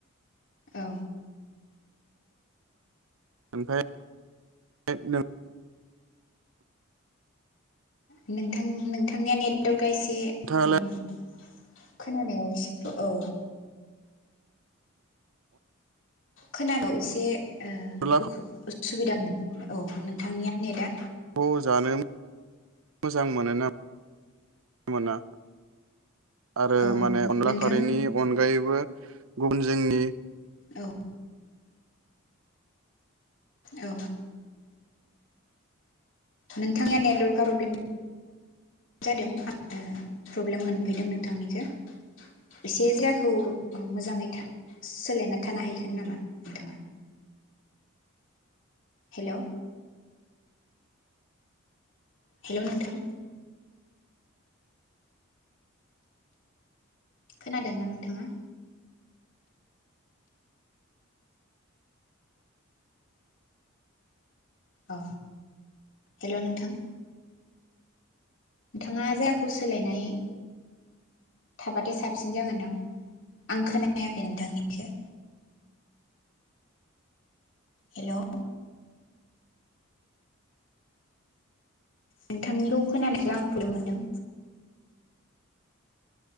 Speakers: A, on the left; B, on the right.
A: औ
B: ओमफाय फाय नों
A: नोंथांनिया नोंथांनिया नेटवारक गायसे
B: नोंथाङालाय
A: उम खोनानायाव एस औ खोनादङ एसे ओ
B: अनला
A: उखु उसुबिदा मोनदों औ नोंथांनिया ने दा
B: अ जानो मो मोजां मोनोना मोना? आरो
A: औ
B: माने अनला
A: नोंथां
B: खारैनि अनगायै बो गुबुन जोंनि
A: औ औ नोंथांनिया नेटवर्का प्रब्लेम जादों आप ओ प्रब्लेम मोनफैदों नोंथांनिखो एसे जायगाखौ ओ मोजाङै था सोलायना थानो हाहैगोन नामा नोंथाङा हेऔ हेलौ नोंथां खोनादोंना नोंथाङा? अ हेलौ नोंथां नोंथाङा जायगाखौ सोलायनाय थाबाथाय साबसिन जागोनदां आं खोनायाखै नोंथांनिखो हेलौ नोंथांनिखौ खोनानायखो आं खुलुम मोनदों